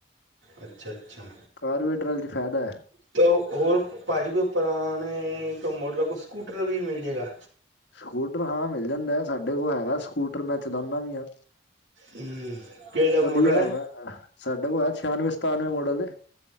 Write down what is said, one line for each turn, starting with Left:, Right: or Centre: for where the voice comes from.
Right: ਅੱਛਾ-ਅੱਛਾ।
Left: ਕਾਰਵੇਟਰ ਚ ਫਾਇਦਾ ਹੈ
Right: ਤੇ ਔ ਹੋਰ, ਭਾਜੀ ਕੋਈ ਪੁਰਾਣੇ ਕ ਮੋਡਲ ਦਾ ਕੁਛ ਸਕੂਟਰ ਵੀ ਮਿਲ ਜੇਗਾ।
Left: ਸਕੂਟਰ ਹਾਂ ਮਿਲ ਜਾਂਦਾ ਏ, ਸਾਡੇ ਕੋਲ ਹੈਗਾ ਸਕੂਟਰ ਮੈਂ ਚਲਾਨਾ ਵੀ ਆ।
Right: ਹਮ ਕਿਹੜਾ ਮੋਡਲ
Left: ਵਧੀਆ
Right: ਹੈ
Left: ਹੈਗਾ ਅ ਸਾਡਾ ਕੋਲ ਹੈ ਛਿਆਨਵੇਂ, ਸਤਾਨਵੇਂ ਮਾਡਲ ਏ।